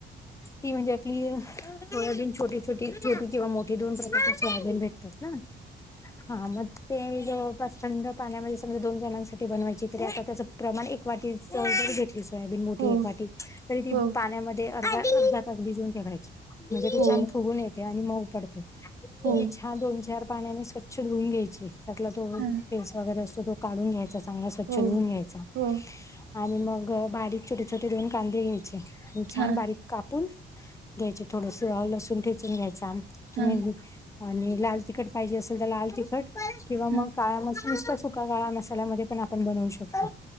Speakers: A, on the left; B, on the right.
A: ती म्हणजे आपली सोयाबीन छोटी-छोटी-छोटी किंवा मोठी दोन प्रकारच्या सोयाबीन भेटतात ना? हा म. ते जवळपास थंड पाण्यामध्ये समजा दोन जणांसाठी बनवायची, तरी आता त्याच प्रमाण एक वाटी सोयाबीन मोठी
B: हो
A: वाटी, तरी ती
B: हो
A: पाण्यामध्ये अर्धा-अर्धा तास भिजून ठेवायची. म्हणजे ती
B: हो
A: छान फुगून येते आणि मऊ पडते, ती
B: हो
A: छान हा दोन-चार पाण्याने स्वच्छ धुवून घ्यायचे, त्यातला तो
B: हा
A: फेस वगैरे असतो तो काढून घ्याय चा, चांगला स्वच्छ
B: हो
A: धुऊन घ्यायचा
B: हो
A: आणि मग बारीक छोटे-छोटे दोन कांदे घ्याय च आणि छान
B: हा
A: बारीक कापून घ्यायचे, थोडस आलं लसण ठेचून घ्यायचं आम तुम्ही
B: हा
A: आणि लाल तिखट पाहिजे असेल तर लाल तिकखट किंवा मग
B: हा
A: काळ मसा नुस्ता सुका काळा मसाल्यामध्ये पण आपण बनवू शकतो.